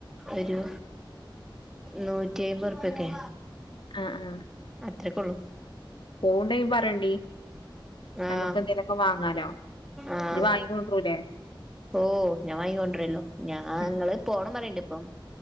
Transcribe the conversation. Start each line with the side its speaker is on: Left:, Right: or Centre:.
Centre: ഒരു നൂറ്റി അയ്‌പത് ഉറുപ്പ്യക്കെ
Left: ആഹ് ആഹ്
Centre: അത്രക്കൊള്ളൂ
Left: പോവ്ണ്ടയി പറയണ്ടി
Centre: ആഹ്
Left: നമ്മുക്ക് എന്തേലൊക്കെ വാങ്ങാലോ
Centre: ആഹ്
Left: ഇജ്ജ്‌ വാങ്ങിക്കൊണ്ടരുലെ
Centre: ഓഹ് ഞാൻ വാങ്ങിക്കൊണ്ടരല്ലോ ഞാൻ
Left: ഉം
Centre: ഞങ്ങള് പോണം പറയണ്ട് ഇപ്പം